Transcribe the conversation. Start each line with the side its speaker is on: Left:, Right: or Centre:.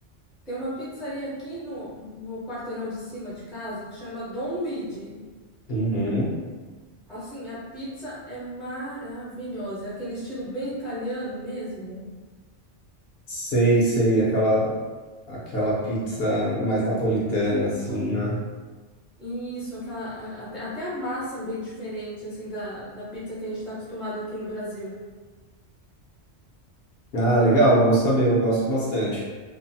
Centre: Tem uma pizzaria aqui no, no quarteirão de cima de casa que chama Dom Luigi.
Left: Uhum.
Centre: Assim, a pizza é maravilhosa. É aquele estilo bem italiano mesmo.
Left: Sei, sei, aquela aquela pizza mais napolitana assim, né?
Centre: Isso, aquela, a- até até a massa é bem diferente assim da, da pizza que a gente está acostumado aqui no Brasil.
Left: Ah, legal, bom saber, eu gosto bastante.